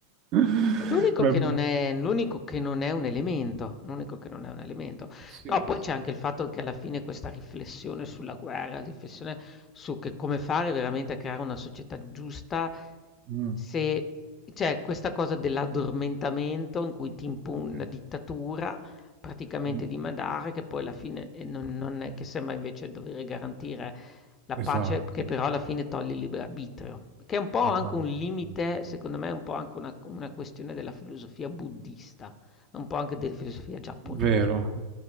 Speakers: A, on the right; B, on the left.
A: <laughs>
B: L'unico
A: Ma-
B: che non è l'unico che non è un elemento, l'unico che non è un elemento.
A: Sì,
B: No, poi
A: sì.
B: c'è anche il fatto che alla fine questa riflessione sulla guerra, riflessione su che come fare veramente a creare una società giusta,
A: Mm.
B: se c'è questa cosa dell'addormentamento in cui ti impone
A: Sì.
B: una dittatura praticamente
A: Mm.
B: dimandare, che poi alla fine eh, non, non è che sembra invece dover garantire la pace,
A: Esatto,
B: che però alla fine toglie il libero arbitrio, che è un po'
A: esatto,
B: anche un limite,
A: esatto.
B: secondo me, è un po' anche una, una questione della filosofia buddista, un po' anche della filosofia giapponese.
A: Vero,
B: no?